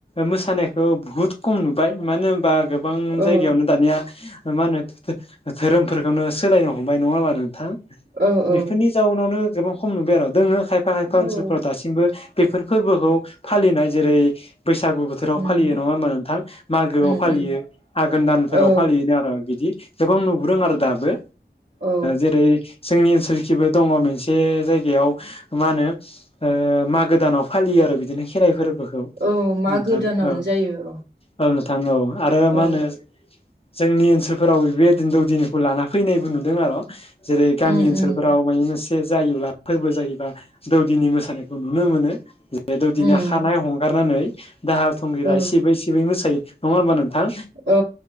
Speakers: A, on the left; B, on the right.
A: मोसानायखौ बुहुत खम नुबाय मानो होनबा गोबां
B: औ
A: जायगायावनो दानिया मा होनो धोरोमफोरखौनो सोलायनो हमबाय नङा होनोमबा नोंथां?
B: औ औ
A: बेफोरनि जाउनावनो गोबां खम नुबाय आरो दोङो खायफा खायफा
B: औ
A: ओनसोलफोराव दासिम बो बेफोर फोरबोखौ फालिनाय जेरै बैसागु बो बोथोराव
B: उम
A: फालियो नङा होमबा नोंथां मागोआव
B: उम
A: फालियो।
B: उम
A: आघोन दानफोराव
B: औ
A: फालियोन आरो बिदि गोबां नुबोदों आरो दाबो
B: औ
A: जेरै जोंनि थिंबो दङ मोनसे जायगायाव मा होनो मागो दानाव फालियो आरो बिदिनो खेराइ फोरबोखौ
B: औ मा
A: नोंथां
B: गोदानावनो
A: औ
B: जायो।
A: औ नोथां औ आरो मा
B: औ
A: होनो जोंनि ओनसोलफोराव बेबायदिनो दौदिनिखौ लाना फैनायबो नुदों आरो जेरै--गामि
B: उम
A: ओनसोल
B: उम
A: फ्राव माने जायोबा फोरबो जायोबा दौदिनि मोसानायखौ नुनो मोनो। बे दौदिनो
B: उम
A: हानाय हंगारनानै दाहाल थुंग्रिला
B: औ
A: सिबै सिबै मोसायो। नङा होमबा नोंथां
B: औ